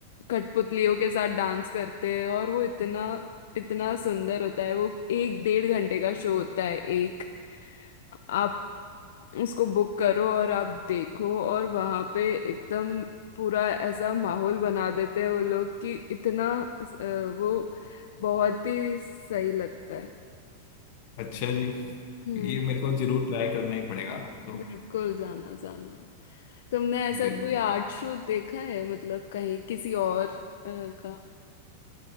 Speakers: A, on the left; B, on the left.
A: कठपुतलियों के साथ डांस करते हैं और वो इतना इतना सुंदर होता है वो एक डेढ़ घंटे का शो होता है एक आप उसको बुक करो और आप देखो और वहां पे एकदम पूरा ऐसा माहौल बना देते हैं वो लोग कि इतना अ, वो बहुत ही सही लगता है
B: अच्छा जी
A: हम्म
B: ये मेरे को जरूर ट्राई करना ही पड़ेगा तो
A: बिल्कुल जाना जाना तुमने ऐसा
B: बिल्कुल
A: कोई आर्ट शो देखा है मतलब कहीं किसी और अ, का